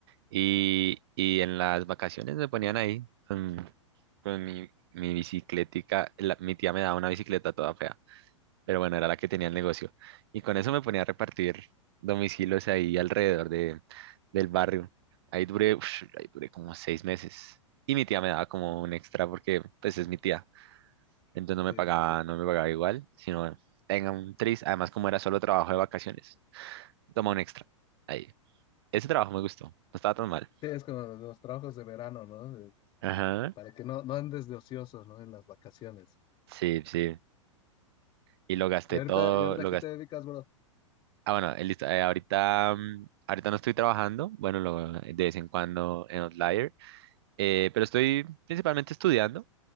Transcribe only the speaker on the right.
Y, y en las vacaciones me ponían ahí con, con mi, mi bicicletica. la- mi tía me daba una bicicleta toda fea, pero bueno, era la que tenía el negocio. Y con eso me ponía a repartir domicilios ahí alrededor de, del barrio. Ahí duré, ush, ahí duré como seis meses. Y mi tía me daba como un extra porque pues es mi tía. Entonces no
me pagaba,
no me pagaba igual, sino tenga un tris. Además, como era solo trabajo de vacaciones, toma un extra. Ahí. Ese trabajo me gustó, no estaba tan mal.
Ajá.
Sí, sí. Y lo gasté
todo,
lo
gasté.
Ah, bueno, eh, listo, eh, ahorita, mm, ahorita no estoy trabajando, bueno, lo- eh, de vez en cuando en Outlier, eh, pero estoy principalmente estudiando.